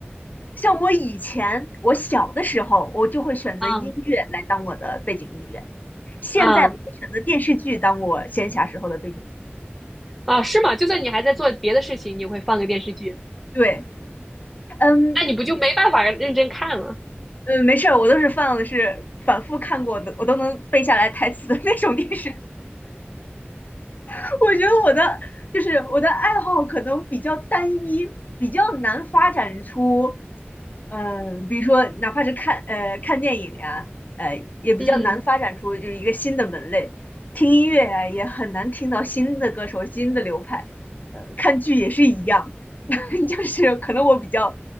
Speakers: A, on the left; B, in the centre.
A: 像我以前，我小的时候，我就会选择音乐来当我的背景音乐。
B: 嗯
A: 现在我会选择电视剧当我闲暇时候的背景音
B: 嗯啊，是吗？就算你还在做别的事情，你会放个电视剧，
A: 乐。对，嗯
B: 那你不就没办法认真看了？
A: 嗯，没事儿，我都是放的是反复看过的，我都能背下来台词的那种电视 <laughs> 我觉得我的就是我的爱好可能比较单一，比较难发展出，嗯、比如说哪怕是看呃看电影呀、呃也比较难发展出就是一个新的门类。
B: 嗯
A: 听音乐呀、也很难听到新的歌手、新的流派。呃，看剧也是一样，<laughs> 就是可能我比较